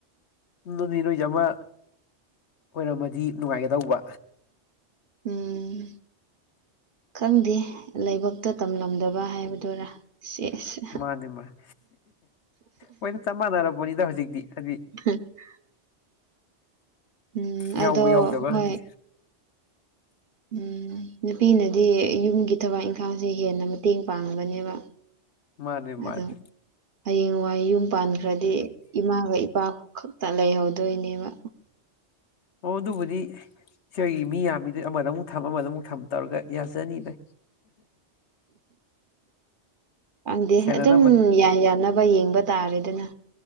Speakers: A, on the left (about 75°); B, on the right (about 55°).
A: ꯗꯨꯗꯤ ꯅꯣꯖꯤ ꯑꯃ ꯑꯣꯏꯔꯝꯃꯗꯤ ꯅꯨꯡꯉꯥꯏꯒꯗꯧꯕ
B: ꯎꯝ ꯈꯪꯗꯦ ꯂꯥꯏꯕꯛꯇ ꯇꯝꯂꯝꯗꯕ ꯍꯥꯏꯕꯗꯨꯔꯥ ꯁꯦꯁ
A: ꯃꯥꯅꯦ ꯃꯥꯅꯦ ꯍꯣꯏꯅ ꯆꯞ ꯃꯥꯟꯅꯔꯕꯅꯤꯗ ꯍꯧꯖꯤꯛꯇꯤ ꯍꯥꯏꯗꯤ
B: <unintelligible> <unintelligible> ꯎꯝ
A: ꯌꯥꯎꯕ
B: ꯑꯗꯣ
A: ꯌꯥꯎꯗꯕ
B: ꯍꯣꯏ
A: ꯍꯖꯤ
B: ꯎꯝ ꯅꯨꯄꯤꯅꯗꯤ ꯌꯨꯝꯒꯤ ꯊꯕꯛ ꯏꯪꯈꯥꯡꯁꯦ ꯍꯦꯟꯅ ꯃꯇꯦꯡ ꯄꯥꯡꯕꯅꯦꯕ
A: ꯃꯥꯅꯦ ꯃꯥꯅꯦ
B: ꯑꯗꯣ ꯍꯌꯦꯡꯋꯥꯏ ꯌꯨꯝ ꯄꯥꯟꯈ꯭ꯔꯗꯤ ꯏꯃꯥꯒ ꯏꯞ ꯄꯥ ꯈꯛꯇ ꯂꯩꯍꯧꯗꯣꯏꯅꯦꯕ
A: ꯑꯣ ꯑꯗꯨꯕꯨꯗꯤ ꯁꯨꯏ ꯃꯤ ꯌꯥꯝꯃꯤꯗ ꯑꯃꯗ ꯑꯃꯨꯛ ꯊꯝ ꯑꯃꯗ ꯑꯃꯨꯛ ꯊꯝ ꯇꯧꯔꯒ ꯌꯥꯖꯅꯤꯗ
B: ꯄꯪꯗꯦ
A: ꯁꯦꯟꯅꯅꯕ
B: ꯑꯗꯨꯝ ꯌꯥꯟ ꯌꯥꯅꯕ ꯌꯦꯡꯕ ꯇꯥꯔꯦꯗꯅ